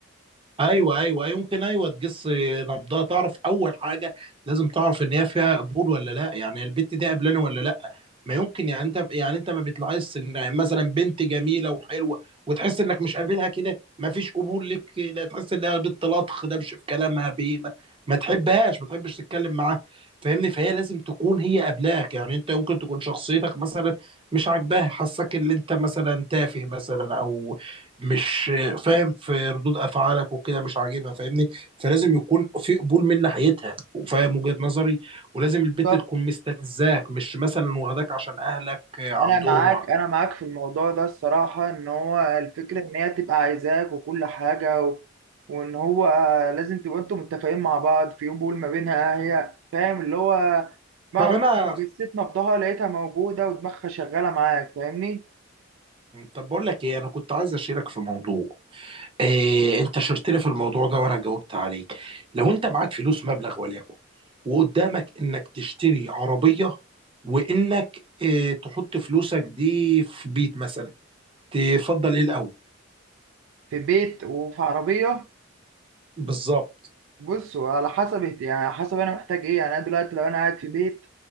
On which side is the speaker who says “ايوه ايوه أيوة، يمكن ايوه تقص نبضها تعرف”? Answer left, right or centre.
Right